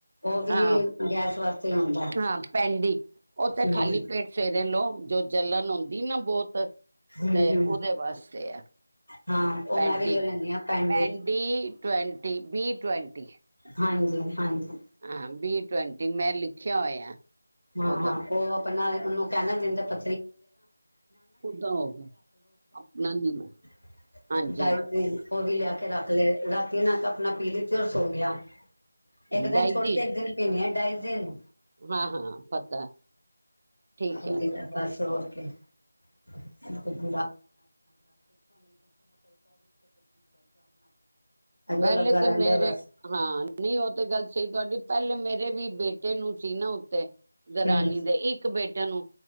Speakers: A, on the left; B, on the right.
A: ਉਹ ਵੀ
B: ਹਾਂ
A: ਗੈਸ ਵਾਸਤੇ ਆਉਂਦਾ ਹੈ।
B: ਹਾਂ ਪੈਂਡੀ। ਉਹ ਤੇ
A: ਹਮ
B: ਖਾਲੀ ਪੇਟ ਫੇਰੇ ਲਓ ਜੋ ਜਲਣ ਹੁੰਦੀ ਨਾ ਬਹੁਤ।
A: ਹਮ
B: ਤੇ
A: ਹਮ
B: ਉਹਦੇ ਵਾਸਤੇ ਆ
A: ਹਾਂ ਉਹ
B: ਪੈਂਡੀ
A: ਮੈਂ ਵੀ ਉਹ ਲੈਂਦੀ ਹਾਂ ਪੈਂਡੇ
B: ਪੈਂ ਡੀ ਟਵੈਂਟੀ ਬੀ ਟਵੈਂਟੀ
A: ਹਾਂਜੀ ਹਾਂਜੀ।
B: ਹਾਂ ਬੀ ਟਵੰਟੀ ਮੈਂ ਲਿਖਿਆ ਹੋਇਆ।
A: ਹਾਂ
B: ਉਹਦਾ
A: ਹਾਂ ਉਹ ਆਪਣਾ ਉਹਨੂੰ ਕਹਿਣਾ ਜਿੰਦੇ ਪ
B: ਉਹਦਾ ਹੋ ਗਿਆ ਆਪਣਾ ਨੀ
A: <unintelligible>
B: ਹਾਂਜੀ
A: ਦਾਈ ਤ ਉਹ ਵੀ ਲਿਆ ਕੇ ਰੱਖ ਲੈ ਰ ਤਨ ਆਪਣਾ ਪੀ ਲਈਤੀ ਔਰ ਸੋ ਗਿਆ ਇੱਕ ਦਿਨ
B: ਡਾਈ
A: ਛੋੜ
B: ਜੀ
A: ਕੇ ਇੱਕ ਦਿਨ ਪੀਣੀ ਹੈ ਡਾਈਜ਼ਨ।
B: ਹਾਂ ਹਾਂ ਪਤਾ ਠੀਕ
A: ਹਾਂਜੀ
B: ਹੈ।
A: ਬਸ ਹੋਰ ਕੀ <unintelligible> ਅਜ
B: ਪਹਿਲੇ
A: ਉਹ ਲੱਗਾ
B: ਤੇ
A: ਰਹਿੰਦਾ
B: ਮੇਰੇ
A: ਬਸ।
B: ਹਾਂ ਨਹੀਂ ਉਹ ਤੇ ਗੱਲ ਸਹੀ ਤੁਹਾਡੀ ਪਹਿਲੇ ਮੇਰੇ ਵੀ ਬੇਟੇ ਨੂੰ ਸੀ ਨਾ ਉੱਤੇ ਦਰਾਨੀ
A: ਹਮ
B: ਦੇ ਇੱਕ ਬੇਟੇ ਨੂੰ